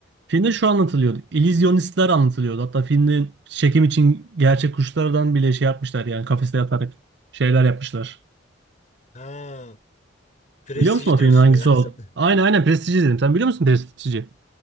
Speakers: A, on the right; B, on the left.
A: Filmde şu anlatılıyordu. İllüzyonistler anlatılıyordu. Hatta filmin çekim için gerçek kuşlardan bile şey yapmışlar yani kafeste yatarak şeyler yapmışlar.
B: Ha, Prestiji
A: Biliyor musun o
B: diyorsun
A: filmin hangisi
B: ya
A: o?
B: sen.
A: Aynen
B: <laughs>
A: aynen Prestij'i izledim. Sen biliyor musun Prestij'i?